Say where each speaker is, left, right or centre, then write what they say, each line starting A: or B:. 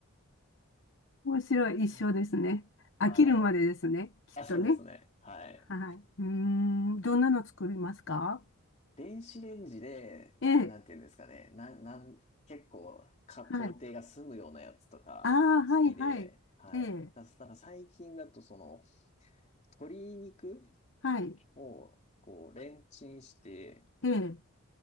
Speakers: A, on the left (about 55°); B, on the left (about 30°).
A: 面白い。一緒ですね。
B: <laughs> はい。
A: 飽きるまでですね。きっとね。
B: あ、そうですね。はい。
A: はい。うーん。どんなの作りますか
B: 電子レンジで、
A: ええ、
B: あなんていうんですかね。なん、なん、結構か、
A: はい。
B: 工程が済むようなやつとか好きで、
A: ああ、はい、はい。
B: はい。
A: ええ、
B: だだから最近だとその、鶏肉
A: はい。
B: をこう、レンチンして、
A: ええ、